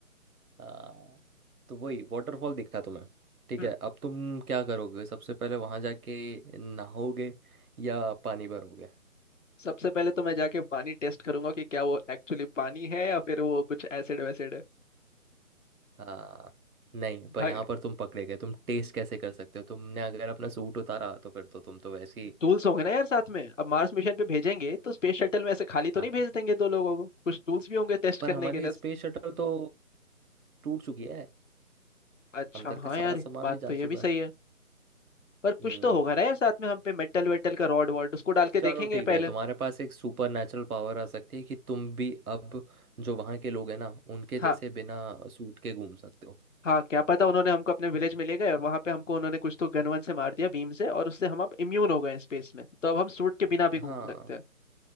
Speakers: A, on the right; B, on the left.
A: हाँ तो वही वाटरफॉल दिखा तुम्हें ठीक
B: हम्म
A: है अब तुम क्या करोगे सबसे पहले वहां जाके नहाओगे या पानी भरोगे
B: सबसे पहले तो मैं जाके पानी टेस्ट करूंगा कि क्या वो एक्चुअली पानी है या फिर वो कुछ एसिड वैसिड है
A: हाँ नहीं पर
B: भाई
A: यहाँ पर तुम पकड़े गए तुम टेस्ट कैसे कर सकते हो तुमने अगर अपना सूट उतारा तो फिर तो तुम तो वैसे ही
B: टूल्स होंगे ना यार साथ में अब मार्स मिशन पे भेजेंगे तो स्पेस शटल में ऐसे खाली तो
A: हाँ
B: नहीं भेज
A: हाँ
B: देंगे दो लोगों को कुछ टूल्स भी होंगे टेस्ट
A: पर
B: करने
A: हमारी
B: के लिए
A: स्पेस शटल तो टूट चुकी है
B: अच्छा
A: अंदर
B: हाँ
A: का सारा
B: यार
A: सामान
B: बात
A: भी जा
B: तो ये
A: चुका
B: भी सही
A: है
B: है पर
A: हम्म
B: कुछ तो होगा ना यार साथ में हम पे मेटल वेटल का रॉड वॉड उसको डाल के
A: चलो
B: देखेंगे
A: ठीक है
B: पहले
A: तुम्हारे पास एक सुपर नेचुरल पावर आ सकती है कि तुम भी अब जो वहाँ के लोग हैं ना उनके
B: हाँ
A: जैसे बिना सूट के घूम सकते हो
B: हाँ क्या पता उन्होंने हमको अपने विलेज में ले गए और वहां पे हमको उन्होंने कुछ तो गन वन से मार दिया बीम से और उससे हम अब इम्यून हो गए हैं स्पेस में तो अब हम सूट के बिना भी घूम
A: हाँ
B: सकते हैं